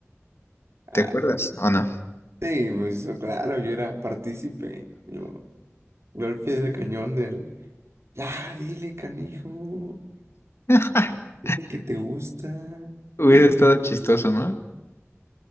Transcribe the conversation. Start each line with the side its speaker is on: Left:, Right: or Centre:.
Left: ¿Te
Right: Ah,
Left: acuerdas o no?
Right: sí, pues claro, yo era partícipe. Yo Yo al pie del cañón del, ya, dile, canijo,
Left: <laughs>
Right: dile que te gusta.
Left: Hubiese
Right: Y,
Left: estado
Right: y
Left: chistoso, ¿no?